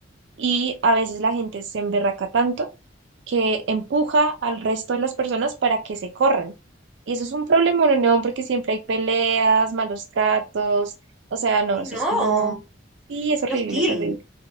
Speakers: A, on the right; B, in the centre.
A: y a veces la gente se emberraca tanto que empuja al resto de las personas para que se corran. Y eso es un problema en Unión porque siempre hay peleas, malos tratos, o sea, no,
B: Ay,
A: eso
B: no,
A: es como, sí, es horrible,
B: qué hostil.
A: es horrible.